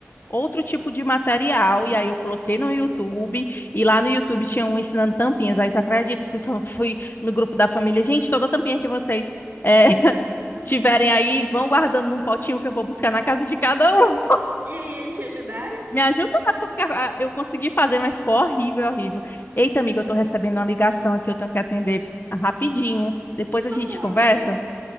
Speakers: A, on the left; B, on the right.
A: outro tipo de material, e aí eu coloquei no YouTube, e lá no YouTube tinha um ensinando tampinhas, aí tu acredita, fui, fa- fui no grupo da família, gente, toda tampinha que vocês é, <laughs> tiverem aí, vão guardando num potinho que eu vou buscar na casa de cada um,
B: E aí, eles te ajudaram?
A: me ajuda, a tu ficar- a- eu consegui fazer, mas ficou horrível, horrível. Eita, amiga, eu tô recebendo uma ligação aqui, eu tenho que atender rapidinho, depois a
B: Tá
A: gente
B: bom,
A: conversa,
B: amiga.